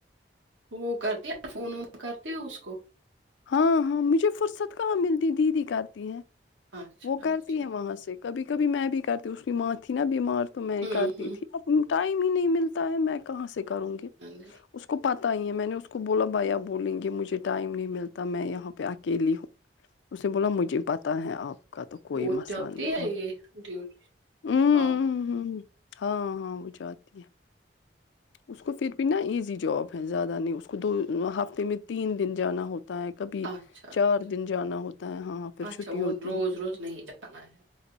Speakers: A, on the right; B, on the left.
A: وہ کرتی فون وون کرتے ہو اس کو
B: ہاں ہاں مجھے فرصت کہاں ملتی دیدی کہتی ہے
A: اچھا
B: وہ کرتی
A: اچھا
B: ہیں وہاں سے کبھی کبھی میں بھی کرتی ہوں اس کی ماں تھی نا بیمار تو میں
A: ہوں
B: کرتی
A: ہوں
B: تھی اب ٹائم ہی نہیں ملتا ہے میں کہاں سے کروں گی
A: نہیں
B: اس کو پات میں نے اس کو بولا بھیا بولیں گے مجھے ٹائم نہیں ملتا تب میں یہاں پہ اکیلی ہوں اس نے بولا مجھے پتا ہے آپ کا تو کوئی
A: وہ
B: مسئلہ
A: جاتی
B: نہیں
A: ہے یہ ڈیوٹی
B: ہاں
A: کام
B: ہاں وہ جاتتی ہے اس کو پھر بھی نا ایزی جاب ہے زیادہ نہیں اس کو دو ہفتے میں تین دن جانا ہوتا ہوتا ہے کبھی
A: اچھا
B: چار
A: اچھا
B: دن جانا ہوتا ہے ہاں پھر
A: اچھا
B: چھٹی
A: وہ
B: ہوتی
A: روز
B: ہے
A: روز نہیں جانا ہے